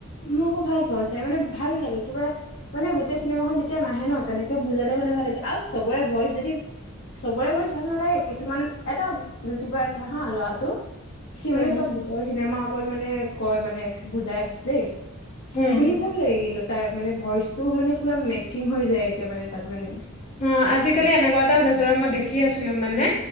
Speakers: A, on the left; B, on the left.
A: মই আকৌ ভাল পাওঁ চাই, মানে ভাল লাগে, কিবা মানে গোটেই চিনেমা খন যেতিয়া নাহে ন তেনেকে বুজালে মানে ভাল লাগে। আও চবৰে ভইচ যদি, চবৰে ভইচ ভাল নালাগে, কিছুমান এটা ইউটিউবাৰ আছে হাঁ, ল'ৰাটো সি
B: উম,
A: মানে চব ভূতৰ চিনেমাৰ‌ ওপৰত মানে কয় মানে, বুজাই দেই।
B: উম।
A: শুনি ভাল লাগে কিন্তু তাৰ মানে ভইচটো মানে পুৰা মে চিঙ হৈ যায় একেবাৰে তাত মানে
B: উম, আজিকালি এনেকুৱা এটা ওলাইছে ৰ, মই দেখি আছিলোঁ মানে,